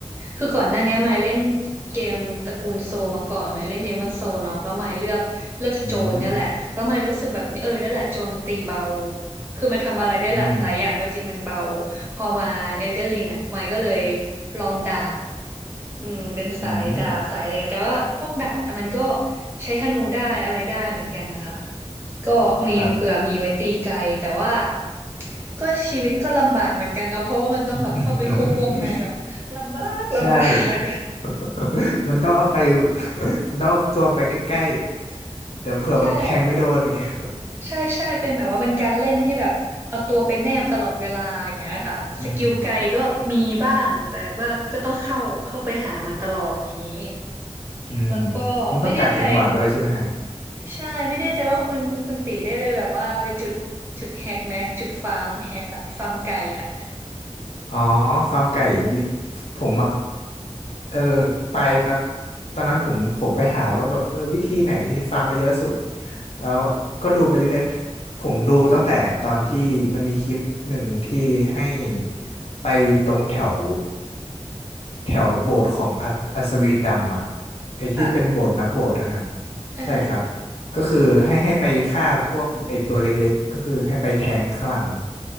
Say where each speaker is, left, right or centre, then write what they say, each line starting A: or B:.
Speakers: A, on the right; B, on the left.
A: คือก่อนหน้านี้ไมค์เล่นเกมตระกูลโซลมาก่อนไมค์เล่นเดมอนโซเนาะแล้วไมค์เลือกเลือกโจรเนี่ยแหละแล้วไมค์รู้สึกแบบเออนั่นแหละโจรมันตีเบา
B: อืม
A: คือมันทำอะไรได้หลายหลายอย่างก็จริงมันเบา
B: อืม
A: พอมาเอลเดนริงอ่ะไมค์ก็เลยลองดาบอืมเป็นสายดาบสายอะไรเงี้ยแต่ว่าพวกดาบมันก็
B: อืม
A: ใช้ธนูได้อะไรได้เหมือนกันนะคะก็มีเผื่อมีไว้ตีไกลแต่ว่า
B: ครับ
A: ก็ชีวิตก็ลำบากเหมือนกันเนาะเพราะว่ามันต้องแบบเข้าไปคุกวงในแบบลำบากลำบาก
B: อืมใช่ <laughs> มันต้องเอาไป <laughs> มันต้องเอาตัวไปใกล้ๆ เดี๋ยวเผื่อแบบแทงไม่โดนอย่างเงี้ย
A: <laughs> ใช่ใช่ใช่เป็นแบบว่าเป็นการเล่นที่แบบเอาตัวไปแนบตลอดเวลาอย่างเงี้ยค่ะสกิลไกลก็มีบ้างแต่ว่าก็ต้องเข้าเข้าไปหามันตลอดอย่างนี้
B: อืมอืม
A: แล้วก็ไม่แน่ใจ
B: มันต้องกากจังหวะด้วยใช่ไหมฮะ
A: ใช่ไม่แน่ใจว่าคุณคุณตีได้ไปแบบว่าไปจุดจุดแฮกไหมจุดฟาร์มแฮกอะฟาร์มไก่อะ
B: อ๋อฟาร์มไก่ยิผมอ่ะเออไปครับตอนนั้นผมผมไปหาว่าแบบเออวิธีไหนที่ฟาร์มได้เยอะสุดแล้วก็ดูไปเรื่อยๆผมดูตั้งแต่ตอนที่มันมีคลิปหนึ่งที่ให้ไปตรงแถวแถวโบสถ์ของอัศอัศวินดำอ่ะไอ้ที่เป็นโบสถ์นักโบสถ์นะฮะ
A: ค่ะอ่า
B: ใช่ครับก็คือให้ให้ไปฆ่าพวกไอตัวเล็กๆก็คือให้ไปแทงข้างหลัง